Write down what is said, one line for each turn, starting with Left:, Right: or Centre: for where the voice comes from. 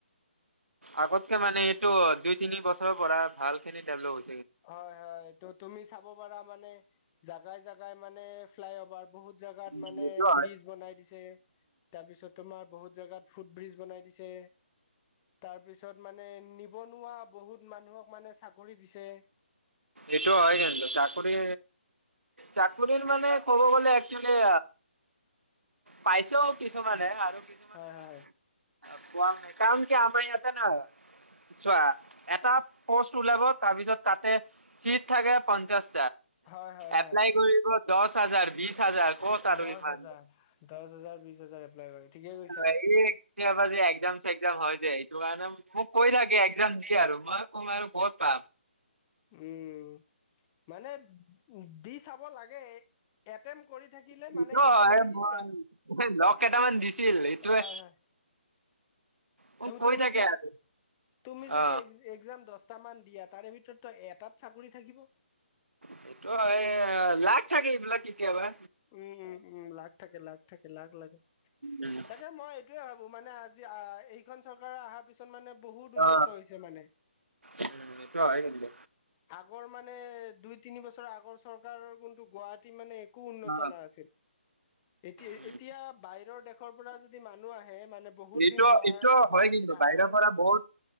Right: আগ তে মানে এইটো অ', দুই তিনি বছৰৰ পৰা ভালখিনি ডেভেলপ
Left: হয় হয় এটো তুমি চাব পাৰা মানে জাগাই জোগাই মানে ফ্লাইঅভাৰ, বহুত জোগাত
Right: উম,
Left: মানে
Right: এইটো হয়।
Left: ব্ৰিজ বনাই দিছে। তাৰপিছত তোমাৰ বহুত জেগাত ফুটব্ৰিজ বনাই দিছে, তাৰ পিছত মানে নিবনুৱা বহুত মানুহক মানে চাকৰি দিছে।
Right: এইটো হয় কিন্তু চাকৰি চাকৰিৰ মানে ক'ব গ'লে একচুৱেলি পাইছো কিছুমানে আৰু কিছুমানে
Left: হয় হয়
Right: আ কাম ক আমাৰ <unintelligible> আতে ন চোৱা এটা পষ্ট ওলাব, তাৰপিছত তাতে চিট থাকে পঞ্চাশ
Left: হয় হয়
Right: এপ্লাই
Left: হয়
Right: কৰিব দহ হাজাৰ বিশ হাজাৰ ক'ত আৰু
Left: দহ
Right: ইমান
Left: হাজাৰ দহ হাজাৰ বিছ হাজাৰ এপ্লাই কৰে ঠিকে কৈছা
Right: এই পি একজাম চেকজাম হয় যে কাৰে মোক কৈ থাকে একজাম দি আৰু মই কম আৰু ক'ত পাম।
Left: উম, মানে দি চাব লাগে এটেম কৰি থাকিলে
Right: সেইটো
Left: মানে ইটাৰভিউ,
Right: হয় মই লগ কেইটামান দিছিল এইটোৱে
Left: হয় হয়।
Right: মোক কৈ
Left: তুমি
Right: থাকে
Left: য,
Right: আৰু
Left: তুমি যদি
Right: অ
Left: এক্সাম দশ টা মান দিয়া তাৰে ভিতৰতো এটাত চাকৰি থাকিব।
Right: সটো হয়, লাক থাকে এইবিলাক কেতিয়াবা।
Left: উম উম উম, লাক থাকে লাক থাকে লাক লাক,
Right: উম,
Left: তাকে মই এইটোয়ে ভাবো মানে আজি এইখন চৰকাৰে অহাৰ পিছত মানে বহুত উন্নত
Right: অ
Left: হৈছে মানে।
Right: উম, এইটো হয় কিন্তু
Left: আগৰ মানে দুই তিনি বছৰ আগৰ চৰকাৰৰ কিন্তু গুৱাহাটীত মানে একো উন্নত
Right: অ
Left: আ এতিয়া
Right: উম
Left: এতিয়া বাহিৰৰ দেশৰ পৰা যদি মানুহ আহে মানে বহুত
Right: এইটো
Left: দিন গুৱা
Right: এইটো
Left: গুৱাহাটীত
Right: হয় কিন্তু
Left: অহা
Right: বাহিৰৰ
Left: নাই
Right: পৰা বহুত